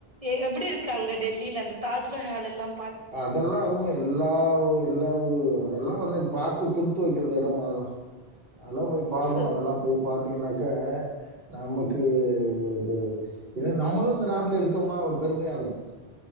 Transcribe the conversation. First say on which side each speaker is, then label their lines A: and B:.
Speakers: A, on the right (about 35°); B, on the right (about 65°).
A: எ எப்டி இருக்காங்க டெல்லியில அந்த தாஜ்மஹால் எல்லாம்
B: அதெல்லாம் <unintelligible> எல் எல்லா-எல்லா அதெல்லாம் வந்து பாக்க குடுத்து வைக்கற இடமா அதெல்லாம் அதெல்லாம போய் பாக்கணு
A: சூப்
B: அதெல்லாம் போய் பாத்தீங்கனாக் க்க நமக்கு இது இது நம்மளும் இந்த நாட்டுல இருக்கோமா ஒரு பெருமையா இருக்கும்